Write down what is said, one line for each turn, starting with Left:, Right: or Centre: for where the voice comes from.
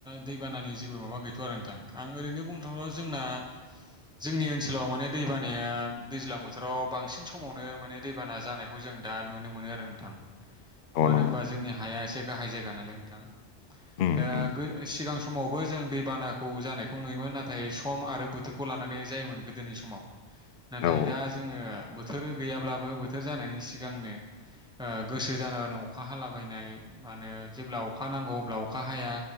Centre: दैबानानि जेबो माबा गैथ'या आरो नोंथां आं ओरैनो बुंनो थाङोबा जोंना जोंनि ओनसोलाव माने दैबानाया दैज्लां बोथोराव बांसिन समावनो माने दैबाना जानायखौ जों दा नुनो मोनो आरो नोंथां
Left: औ उम औ
Centre: मानो
Left: नंगौ
Centre: होनबा जोंनि हाया एसे गाहाय जायगा नालाय नोंथां।
Left: उम
Centre: दा
Left: उम
Centre: गो सिगां समावबो जों दैबानाखौ जानायखौ नुयोमोन नाथाय सम आरो बोथोरखौ लानानै ज जायोमोन गोदोनि समाव नाथाय
Left: औ
Centre: दा जोङो बो थोर गैयाब्लाबो बोथोर जानायनि सिगांनो ओ गोसो जान अखा हालाबायनाय मा होनो जेब्ला अखा नांगौ अब्ला अख खा हाया